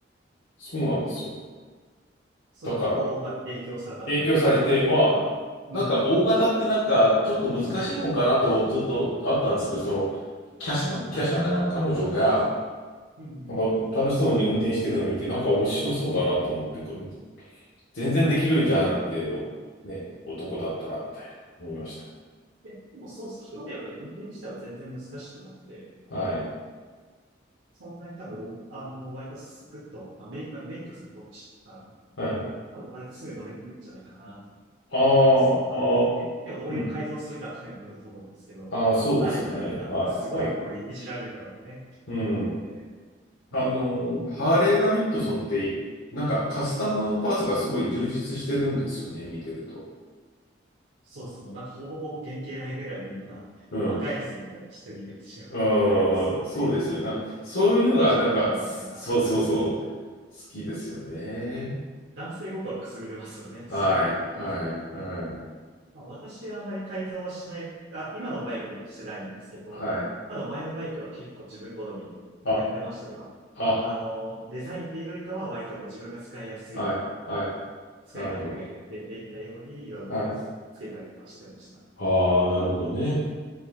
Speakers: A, on the left; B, on the right.
A: そうなんですよ。
B: それにこう、
A: だから、
B: まあ、影響されたというか、
A: 影響されて、
B: 感じたというか。
A: は、
B: うん。
A: なんか大型ってなんかちょっと難しいもんかなとずっとあったんですけど、その、華奢、
B: はい。
A: 華奢な彼女が、
B: うん。
A: なんか楽しそうに運転してるのを見て、なんか面白そうだなと思って、こう全然できるじゃんって、
B: はい。
A: ね、男だったら、みたいな、思いました。
B: いや、でもそうすると、一重は多分運転自体は全然難しくなくて、
A: はい。
B: そんなに多分、あの、割とサクッと、まあ、メイン、まあ免許さんに僕知ったら、
A: はい。
B: 多分割とすぐ乗れてるんじゃないかなと
A: ああ、
B: 思いますね。まあ、
A: ああ、
B: どう、ででもどういう改造するかというと思うんですけど、
A: うん。ああ、そうですよね。
B: 彼乗られる方ってすごいこういじられる方がね、
A: はい。はい。うん。
B: 多いので、
A: あの、
B: うん、
A: ハーレー・ダビッドソンって、なんかカスタムパーツがすごい充実してるんですよね、見てると。
B: そうですね。もうなんかほぼほぼ原型ないぐらいみんな魔改造みたいなのしてるイメージがありますけどね。
A: うん。ああ、そうですよね。そういうのが、
B: チョッパーみたいな。
A: なんか、そうそうそう、
B: うん。
A: 好きですよね。
B: 男性心くすぐれますよね。
A: はい、
B: <laughs> そういうのね。
A: はい、はい、
B: まあ、私はあまり改造はしない、あ、今のバイクはしてないんですけど、
A: はい。
B: あの前のバイクは結構自分好みにやってましたね。
A: あ、
B: まあ、
A: あ、
B: あの、デザインっていうよりかは割とこう自分が使いやすいように、
A: はい、はい。
B: 使い勝手がいいように、
A: なるほど。
B: で便利なようにいろいろつけたりとかしてました。
A: はい。ああ、なるほどね。